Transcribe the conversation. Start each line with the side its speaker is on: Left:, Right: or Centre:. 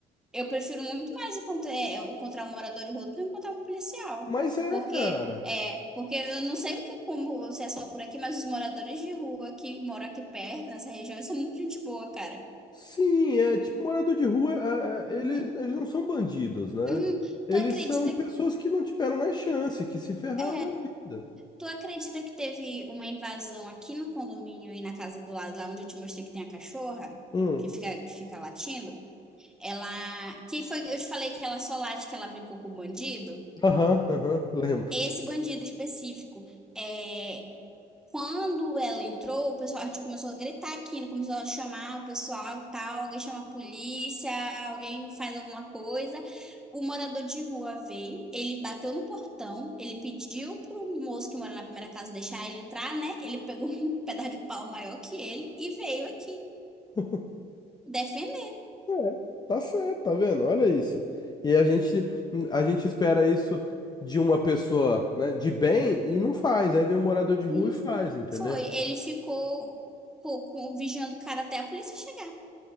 Centre: Eu prefiro muito mais encontrar, encontrar um morador de rua do que encontrar um policial.
Left: Mas é,
Centre: Porque,
Left: cara.
Centre: é, porque eu não sei o que, como se é só por aqui, mas os moradores de rua que moram aqui perto, nessa região, eles são muito gente boa, cara.
Left: Sim, é tipo morador de rua, é-
Centre: Uhum.
Left: é- eles, eles não são bandidos, né?
Centre: Hum,
Left: Eles
Centre: tu acredita,
Left: são pessoas que não tiveram mais chance, que se ferraram
Centre: é,
Left: na vida.
Centre: tu acredita que teve uma invasão aqui no condomínio, aí na casa do lado, lá onde eu te mostrei que tem a cachorra,
Left: Hum.
Centre: que fica, que fica latindo? Ela, que foi, eu te falei que ela só late, que ela brincou com o bandido?
Left: Aham, aham, lembro.
Centre: Esse bandido específico. É, Quando ela entrou, o pessoal tipo, começou a gritar aqui, né? começou a chamar o pessoal e tal, alguém chama a polícia, alguém faz alguma coisa. O morador de rua veio, ele bateu no portão, ele pediu pro moço que mora na primeira casa deixar ele entrar, né? Ele pegou <laughs> um pedaço de pau maior que ele e veio aqui
Left: <laughs>
Centre: defender.
Left: É, tá certo, tá vendo? Olha isso. E a gente, a gente espera isso de uma pessoa, né, de bem e não faz. Aí vem um morador de rua
Centre: Não
Left: e faz, entendeu?
Centre: foi, ele ficou co- co- vigiando o cara até a polícia chegar,